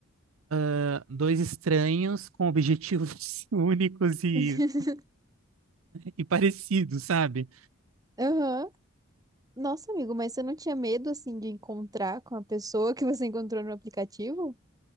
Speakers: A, on the right; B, on the right.
A: ah, dois estranhos com objetivos <laughs> únicos e,
B: <laughs>
A: e parecidos, sabe?
B: Aham. Nossa, amigo, mas você não tinha medo, assim, de encontrar com a pessoa que você encontrou no aplicativo?